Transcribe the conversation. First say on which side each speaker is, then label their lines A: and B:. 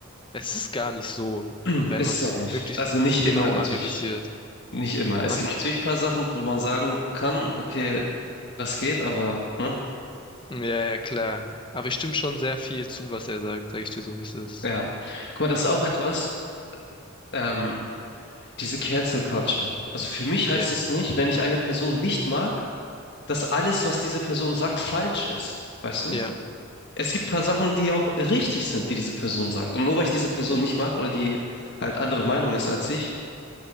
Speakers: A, on the left (about 20°); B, on the left (about 50°).
A: Es ist gar nicht so,
B: <clears throat>
A: wenn
B: ist
A: man es
B: es auch nicht.
A: wirklich
B: Also nicht
A: genau
B: immer natürlich.
A: analysiert.
B: Nicht immer. Es
A: Man,
B: gibt natürlich ein paar Sachen, wo man sagen kann, okay, das geht, aber, ne?
A: ja, ja, klar. Aber ich stimme schon sehr viel zu, was er sagt, sage ich dir so, wie es ist.
B: Ja. Guck mal, das ist
A: Oh,
B: auch etwas. Ähm, diese Cancel Culture. Also für mich heißt
A: Ja,
B: es nicht, wenn ich eine Person nicht mag, dass alles, was diese Person sagt, falsch ist. Weißt du?
A: ja,
B: Es gibt ein paar Sachen, die auch richtig sind, die diese Person sagt. Und nur weil ich diese Person
A: ja.
B: nicht mag oder die halt andere Meinung ist als ich,